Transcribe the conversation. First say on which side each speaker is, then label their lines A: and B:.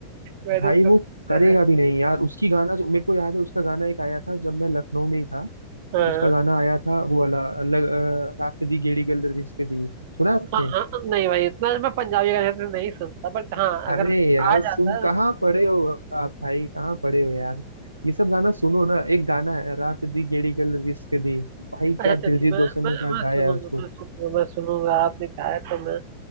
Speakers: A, on the right; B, on the right.
A: वैसे
B: भाई
A: कर
B: वो करेगा
A: हाँ
B: भी नहीं यार उसकी गाना जो मेरे को याद है उसका गाना एक आया था जब मैं लखनऊ में ही था
A: हाँ।
B: उसका गाना आया था वो वाला लग, अ, रात दी गेड़ी गल रिश्ते दी सुना आपने
A: हाँ हाँ नहीं भाई इतना मैं पंजाबी गाने तो नहीं सुनता बट हाँ अगर
B: अरे यार
A: आ
B: सुन
A: जाता है
B: कहाँ पड़े हो आप भाई कहाँ पड़े हो यार ये सब गाना सुनो ना एक गाना है रात दी गेड़ी गल रिश्ते दी भाई
A: अच्छा
B: क्या
A: चलिए
B: दिलजीत
A: मैं
B: दोसांझ
A: मैं
B: ने क्या
A: मैं
B: गाया
A: सुनूंगा
B: है उसको
A: मैं सुनूंगा मैं सुनूंगा आपने कहा है तो मैं